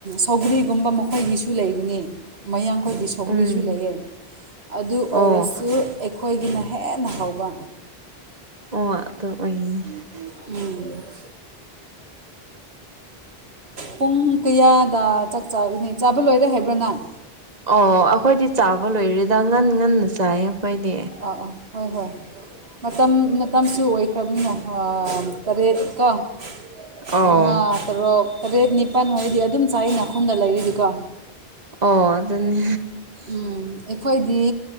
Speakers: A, on the right (about 85°); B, on the right (about 40°).
A: ꯁꯧꯒ꯭ꯔꯤ ꯨꯒꯨꯝꯕ ꯃꯈꯣꯏꯒꯤꯁꯨ ꯂꯩꯕꯅꯤ ꯃꯌꯥꯡꯈꯣꯏꯒꯤ ꯁꯧꯒ꯭ꯔꯤꯁꯨ
B: ꯎꯝ
A: ꯂꯩꯌꯦ꯫ ꯑꯗꯨ
B: ꯑꯣ
A: ꯑꯣꯏꯔꯁꯨ ꯑꯩꯈꯣꯏꯒꯤꯅ ꯍꯦꯟꯅ ꯍꯥꯎꯕ꯫
B: <unintelligible>
A: ꯎꯝ ꯄꯨꯡ ꯀꯌꯥꯗ ꯆꯥꯛ ꯆꯥꯒꯅꯤ ꯆꯥꯕ ꯂꯣꯏꯔꯦ ꯍꯥꯏꯕ꯭ꯔꯥꯅꯪ?
B: ꯑꯣ ꯑꯈꯣꯏꯗꯤ ꯆꯥꯕ ꯂꯣꯏꯔꯦꯗ ꯉꯟ - ꯉꯟꯅ ꯆꯥꯏꯌꯦ ꯑꯈꯣꯏꯗꯤ꯫
A: ꯑꯥ ꯑꯥ ꯍꯣꯏ ꯍꯣꯏ꯫ ꯃꯇꯝ ꯃꯇꯝꯁꯨ ꯑꯣꯏꯈ꯭ꯔꯕꯅꯤꯅ ꯇꯔꯦꯠ ꯀꯣ ꯫
B: ꯑꯣ
A: ꯃꯉꯥ ꯇꯔꯨꯛ ꯇꯔꯦꯠ ꯅꯤꯄꯥꯟ ꯍꯥꯏꯔꯗꯤ ꯑꯗꯨꯝ ꯆꯥꯏꯅ ꯈꯨꯟꯗ ꯂꯩꯔꯤꯗꯤꯀꯣ꯫
B: ꯑꯣ ꯑꯗꯨꯅꯤ
A: ꯎꯝ ꯑꯩꯈꯣꯏꯒꯤ